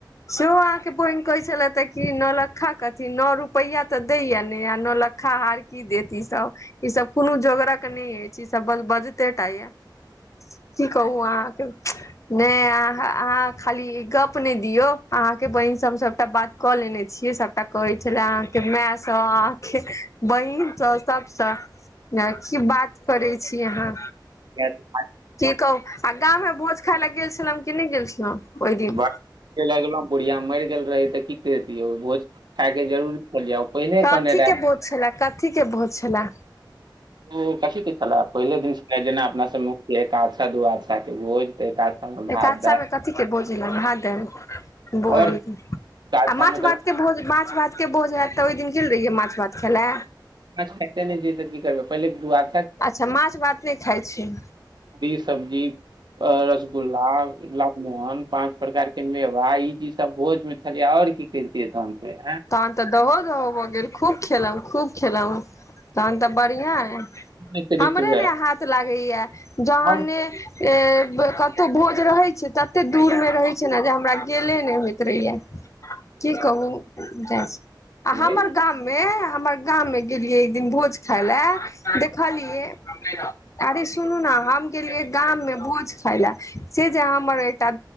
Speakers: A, on the left; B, on the right.
A: से अहाकेँ बहिन कहैत छलैथ तऽ की नौलक्खा कथि नओ रुपैआ तऽ दैत य ने नौलक्खा हार की देत ई सब ईसभ कोनो जोगरक नहि अछि ईसभ बजते टा यऽ की कहू अहाँके नहि अहाँ खाली गप नहि दियौ अहाँके बहिन से हम सभटा बात क लेने छियै सबटा कहैत छले अहाँ केँ माय सब अहाँ के बहिनसँ सभसँ की बात करैत छी अहाँ
B: क
A: की कहू आ गाममे भोज खाय ले गेल छलहुँ की नहि गेल छलहुँ ओहि दिन
B: ब लगलहुँ बुढ़िया मरि गेल रहै तऽ की करितियै भोज खायके जरूरी छलैये पहिने
A: कथी
B: कहने रहै
A: के भोज छले कथी के भोज छलै
B: ओ कथी केँ छले पहिले दिन छले जेना अपना सभमे एकादशा दूआदशा केँ भोज तऽ एकादशा मे भात
A: एकादशा
B: दालि
A: मे कथी के भोज रहै भात दालि
B: आओर
A: <unintelligible>
B: एकादशा
A: आ माछ
B: मे तऽ
A: भात के भोज माछ भात के भोज हयत तऽ ओहि दिन गेल रहियै माछ भात खाइले
B: माछ खाइते नै छियै कि करबै पहिलेक विवाह
A: अच्छा माछ भात नहि खाइ छी
B: टी सब्जी आओर रसगुल्ला ला नान पाँच प्रकारके मेवा ई चीज सब भोजमे छलियै आओर की करतियै तहन फेर
A: तहन तऽ दहो दहो भऽ गेल खूब खेलौं खूब खेलौं तहन तऽ बढियां ऐ
B: अतिरिक्त
A: हमरे
B: भेल
A: ने हाथ लागैया जहने
B: हम
A: ए कतहु भोज रहैत छै तते दूर मे रहे छै ने जे हमरा गेले ने होय रहैये की कहू जि आ हमर
B: लागल
A: गाम मे हमर गाम मे गेलियै एक दिन भोज खायले देखलियै अरे सुनु न हम गेलियै गाम मे भोज खायला से जे हमर एकटा